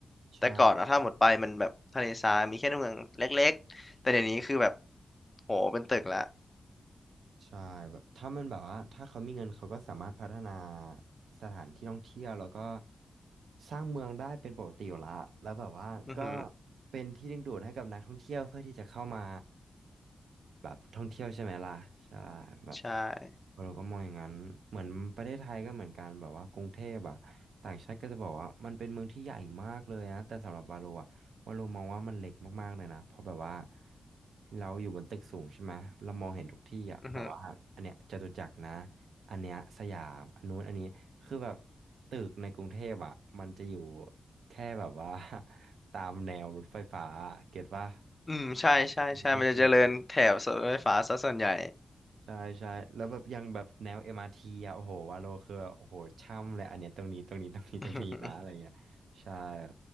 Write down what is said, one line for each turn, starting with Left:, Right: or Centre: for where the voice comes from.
Right: ใช่
Left: แต่ก่อนอะถ้าหมดไปมันแบบทะเลทรายมีแค่เมืองเล็กๆแต่เดี๋ยวนี้คือแบบโหเป็นตึกละ
Right: ใช่แบบถ้ามันแบบว่าถ้าเขามีเงินเขาก็สามารถพัฒนาสถานที่ท่องเที่ยวแล้วก็สร้างเมืองได้เป็นปกติอยู่ละแล้วแบบว่าก็
Left: อือหือ
Right: เป็นที่ดึงดูดให้กับนักท่องเที่ยวเพื่อที่จะเข้ามาแบบท่องเที่ยวใช่ไหมล่ะใช่แบบ
Left: ใช่
Right: เราก็มองอย่างนั้นเหมือนประเทศไทยก็เหมือนกันแบบว่ากรุงเทพอะต่างชาติก็จะบอกว่ามันเป็นเมืองที่ใหญ่มากเลยนะแต่สำหรับบาโลอะ ว่าเรามองว่ามันเล็กมากๆเลยนะ เพราะแบบว่าเราอยู่บนตึกสูงใช่ไหมเรามองเห็นทุกที่อ่ะแบบว่าอันเนี้ยจตุจักรนะ
Left: อือหือ
Right: อันเนี้ยสยามอันนู้นอันนี้คือแบบตึกในกรุงเทพอ่ะมันจะอยู่แค่แบบว่า <laughs> ตามแนวรถไฟฟ้าเก็ตว่า
Left: อืมใช่ใช่ใช่มันจะเจริญแถบรถไฟฟ้าซะส่วนใหญ่
Right: มีต้องจริง ใช่ใช่แล้วแบบยังแบบแนว MRT อมอาร์ทีอ่ะโอ้โหวาโลคือโอ้โหช่ำเลยอันเนี้ยตรงนี้ตรงนี้ตรงนี้ตรงนี้นะอะไรเงี้ยใช่ครับ
Left: <laughs>